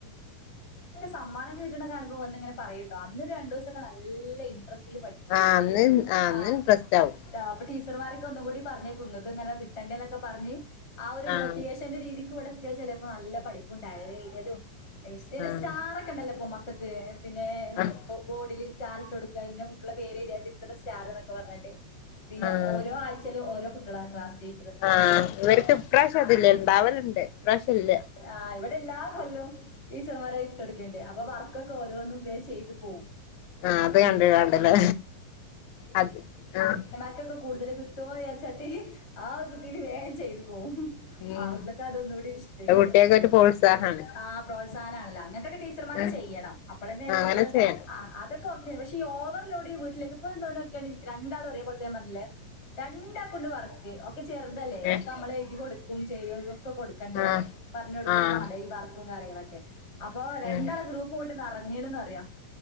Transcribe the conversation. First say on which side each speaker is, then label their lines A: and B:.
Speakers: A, on the left; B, on the left.
A: സമ്മാനകെ കിട്ടിണെ കാണുമ്പം വന്നിങ്ങനെ പറയുട്ടോ അന്നൊരണ്ടൂസൊക്കെ നല്ല ഇൻട്രസ്റ്റില് പ ചൊക്കെ
B: ആഹ്
A: ചെ
B: അന്ന് അന്ന്
A: ആഹ്
B: ഇൻട്രസ്റ്റ് ആവും
A: താ അപ്പൊ ടീച്ചർമാരെക്കെ ഒന്നുങ്കൂടി പർഞെ കുങ്ങക്ക് ഇങ്ങനെ കിട്ടണ്ടേ ന്നെക്കെ പർഞ്ഞ് ആ ഒരു
B: ആഹ്
A: മോട്ടിവേഷന്റെ രീതിക്ക് ഇവടെ എത്ത്യാ ചെലേപ്പൊ നല്ല പഠി പു ഡയറി എയ്തലു ഇഷ്ടേ ന്നെ
B: ആഹ്
A: സ്റ്റാറക്കെണ്ടല്ല ഇപ്പൊ മക്കക്ക് പിന്നെ
B: ആഹ്
A: ബൊ ബോഡിൽ സ്റ്റാർ ഇട്ടൊട്ക്ക പിന്നെ കുട്ട്യാളെ പേരെയ്ത്യാണ്ട് ഇത്ര സ്റ്റാറ് എന്നൊക്കെ പർഞ്ഞാണ്ട് പിന്നെ
B: ആഹ്
A: ഓരോ ആയ്ചേലും ഓരോ കുട്ടായാള ക്ലാസ്സ് ലീ
B: ആഹ് ഇവര്ക്ക് ഇപ്രാശ്യം അതില്ല ഇണ്ടാവലിണ്ട് ഇപ്രാശ്യല്ല
A: ആഹ് ഇവിടെല്ലാ കൊല്ലോം ടീച്ചർമാരെ ഇട്ടൊട്ക്കേണ്ട്യെ അപ്പൊ വർക്കൊക്കോരോന്നും വേ ചെയ്ത് പോം
B: ആഹ് അത് കണ്ട് കാണ്ട്ലേ അത് ആഹ്
A: ക്കൊക്കെ കൂടുതല് കിട്ടോ ചാര്ച്ചാണ്ട് ആഹ് ഒരു ഇതീല് വേം ചെയ്ത് പോവും
B: ഉം
A: <unintelligible> അതൊന്നുകൂടി ഇഷ്ടീകരം
B: കുട്ടികൾക്ക് ഒരു പ്രോത്സാഹം
A: ആഹ് പ്രോത്സാഹനാണല്ല അങ്ങൻത്തെക്കെ ടീച്ചർമാര്
B: ആഹ്
A: ചെയ്യണം അപ്പളെന്നേണ്
B: അങ്ങനെ
A: കുട്ട്യാള്
B: ചെയ്യണം
A: ആഹ് ആഹ് അതൊക്കെ ഓക്ക്യേൺ പഷി ഓവർലോഡ് ഈ വീട്ട്ലേക്ക് ഇപ ഇന്നോനോക്ക്യാണ് രണ്ടാളു ഒരേ പോൽത്തെഞാൻ പർഞ്ഞിലേ രണ്ടാക്കുണ്ട് വർ ക് ഒക്കെ ചെറ്തല്ലേ
B: ഏഹ്
A: ഒക്കെ അമ്മളെയ്തി കൊട്ക്കും ചെയ്യും ക്കെ കൊടുക്കണ്ടേ
B: ആഹ്
A: പർഞ്ഞൊട്
B: ആഹ്
A: ഈ വർക്കും കാര്യങ്ങളൊക്കെ അപ്പൊ രണ്ടാള
B: ഉം
A: ഗ്രൂപ്പൂട്ട് നറഞ്ഞീണിന്ന് അറയാ